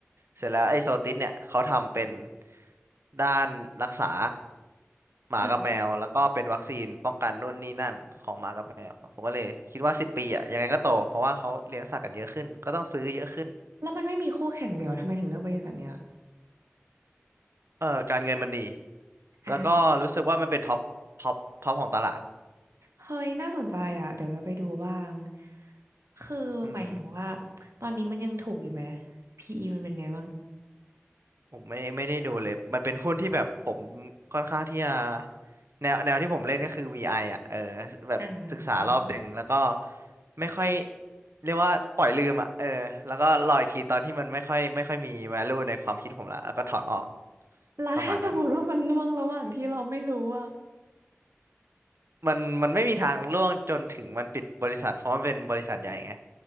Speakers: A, on the right (about 65°); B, on the right (about 80°).
A: เสร็จแล้วไอ้โซติสเนี่ยเขาทำเป็นด้านรักษาหมากับแมวแล้วก็เป็นวัคซีนป้องกันนู่นนี่นั่นของหมากับแมวผมก็เลยคิดว่าสิบปีอ่ะยังไงก็โตเพราะว่าเขาเลี้ยงสัตว์กันเยอะขึ้นก็ต้องซื้อเยอะขึ้น
B: อ่ะแล้วมันไม่มีคู่แข่งเลยเหรอทำไมถึงเลือกบริษัทเนี้ย
A: เออการเงินมันดี
B: อ่ะ
A: แล้วก็รู้สึกว่ามันเป็นท็อปท็อปท็อปของตลาด
B: เฮ้ยน่าสนใจอ่ะเดี๋ยวจะไปดูบ้างคือหมายถึงว่า
A: อืม
B: ตอนนี้มันยังถูกอยู่ไหม PE มันเป็นไงบ้าง
A: ผมไม่ไม่ได้ดูเลย มันเป็นหุ้นที่แบบผมค่อนข้างที่จะแนวแนวที่ผมเล่นก็คือ VI ออ่ะเออแบบศึกษารอบดึงแล้วก็
B: อ่า
A: ไม่ค่อยเรียกว่าปล่อยลืมอ่ะเออแล้วก็รออีกทีตอนที่มันไม่ค่อยไม่ค่อยมี value ในความคิดผมละแล้วก็ถอนออก
B: แล้วถ้าสมมติว่ามันล่วงระหว่างที่เราไม่รู้อ่ะ
A: ประมาณนั้น มันมันไม่มีทางล่วงจนถึงมันปิดบริษัทเพราะมันเป็นบริษัทใหญ่ไง